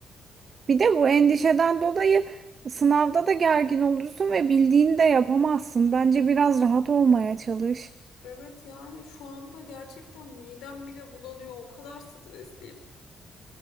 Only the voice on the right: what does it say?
Bir de bu endişeden dolayı sınavda da gergin olursun ve bildiğini de yapamazsın. Bence biraz rahat olmaya çalış.